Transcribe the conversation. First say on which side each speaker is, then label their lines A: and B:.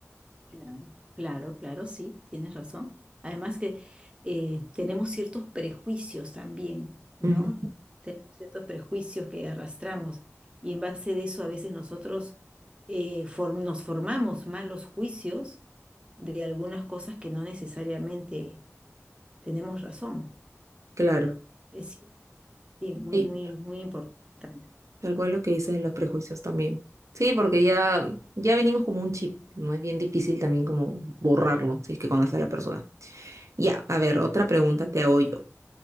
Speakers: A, on the right; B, on the right.
A: Claro, claro, claro, sí, tienes razón. Además que eh, tenemos ciertos prejuicios también, ¿no?
B: Ujú.
A: Tenemos ciertos prejuicios que arrastramos y en base de eso a veces nosotros eh, form- nos formamos malos juicios de algunas cosas que no necesariamente tenemos razón.
B: claro.
A: Es cier- sí, muy,
B: Sí,
A: muy, muy importante.
B: Tal cual lo que dices de los prejuicios también. Sí, porque ya, ya venimos como un chip, ¿no? Es bien difícil también como borrarlo, si es que conoces a la persona. Ya, a ver, otra pregunta te hago yo.